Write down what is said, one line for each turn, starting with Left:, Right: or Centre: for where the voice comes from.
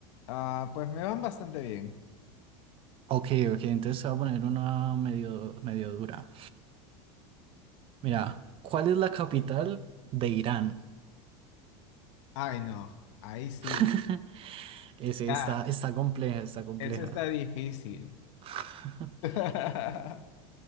Left: Ah, pues me van bastante bien.
Right: Ok, ok, entonces te voy a poner una medio, medio dura. <laughs> Mira, ¿cuál es la capital de Irán?
Left: Ay, no, ahí sí.
Right: <laughs> Ese
Left: Ah,
Right: está, está compleja, está compleja.
Left: eso está difícil.
Right: <laughs>
Left: <laughs>